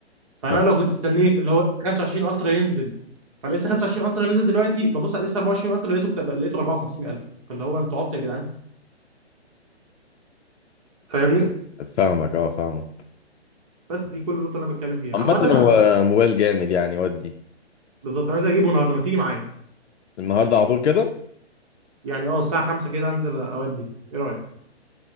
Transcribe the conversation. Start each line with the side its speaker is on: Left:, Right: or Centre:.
Right: فانا
Left: يعني
Right: لو كنت استنيت اللي هو لسه 25 الترا ينزل فلسه 25 الترا نزل دلوقتي ببص على لسه 24 الترا لقيته بتبقى- لقيته ب 54000 فاللي هو انتوا عبط يا جدعان فاهمني
Left: فاهمك اه فاهمك
Right: بس دي كل النقطة اللي انا بتكلم فيها
Left: عامة
Right: عامة انا
Left: هو الموبايل جامد يعني ودي
Right: بالظبط انا عايز اجيبه النهارده ما تيجي معايا
Left: النهاردة على طول كده
Right: يعني اه الساعة 5 كده انزل اودي ايه رأيك؟